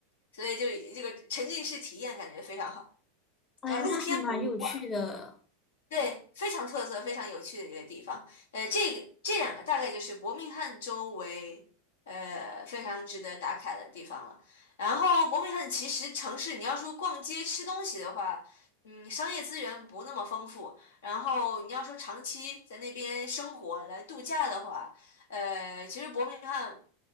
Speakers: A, on the left; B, on the left.
A: 所以就这个沉浸式体验感觉非常好，
B: 哎，
A: 叫露天博物馆。
B: 那还蛮有趣的。
A: 对，非常特色、非常有趣的一个地方。呃，这个这两个大概就是伯明翰周围，呃，非常值得打卡的地方了。然后，伯明翰其实城市，你要说逛街吃东西的话，嗯，商业资源不那么丰富。然后，你要说长期在那边生活来度假的话，呃，其实伯明翰